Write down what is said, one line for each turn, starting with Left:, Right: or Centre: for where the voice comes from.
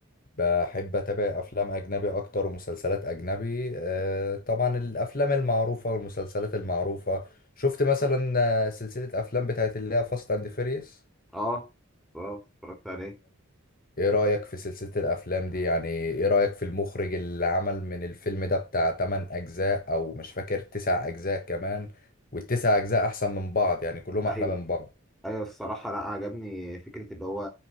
Left: بحب اتابع افلام اجنبي اكتر ومسلسلات اجنبي أه طبعا الافلام المعروفة والمسلسلات المعروفة شفت مثلا آه، سلسلة افلام بتاعت اللي هي فاست اند فيريوس
Centre: اه اه اتفرجت عليه
Left: ايه رأيك في سلسلة الافلام دي يعني ايه رأيك في المخرج اللي عمل من الفيلم ده بتاع 8 اجزاء او مش فاكر 9 اجزاء كمان والتسع اجزاء احسن من بعض يعني كلهم
Centre: ايوه
Left: احلى من بعض
Centre: ايوه الصراحه لا عجبني فكره اللي هو